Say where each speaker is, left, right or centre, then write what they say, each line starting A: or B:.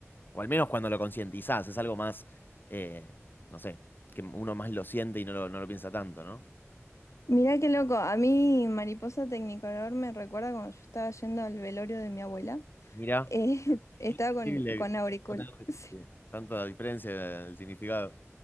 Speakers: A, on the left; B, on the left.
A: O al menos cuando lo concientizás, es algo más, eh, no sé, que uno más lo siente y no lo, no lo piensa tanto, ¿no?
B: Mirá qué loco, a mí Mariposa Tecnicolor me recuerda cuando yo estaba yendo al velorio de mi abuela.
A: Mira,
B: Eh, <laughs> estaba
A: Increíble,
B: con, con auriculares. <laughs>
A: eh, tanta diferencia del significado.